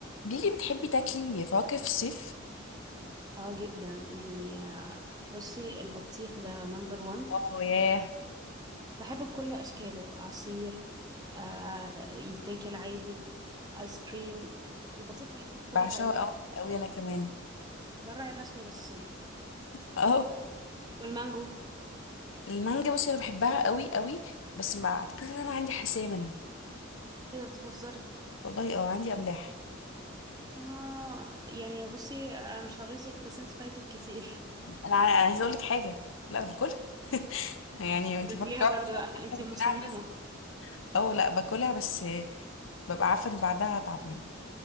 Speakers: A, on the left; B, on the right.
A: ليلي بتحبي تاكلي فواكه في الصيف
B: اه جدا يعني بصي البطيخ ده نمبر وان
A: اه ياه
B: بحبه بكل اشكاله عصير آه يتاكل عادي ايس كريم البطيخ بحبه في كل
A: بعشقها
B: حالاته
A: قوي قوي انا كمان
B: ده الراعي الرسمي للصيف
A: اه
B: والمانجو
A: المانجا بصي انا بحبها قوي قوي بس ما اعتقدش ان انا عندي حساسيه منها
B: ايه ده بتهزري
A: والله اه عندي املاح
B: اه يعني بصي أنا مش هغيظك بس انت فايتك كتير
A: انا ع- عايزه اقول لك حاجه لا انا باكلها <laughs> يعني
B: <laughs>
A: انت
B: بتاكليها
A: فكرت
B: برضو أنا- انت
A: هتمنعني
B: مصممة
A: بس اه لا باكلها بس ببقى عارفه ان بعدها هتعب يعني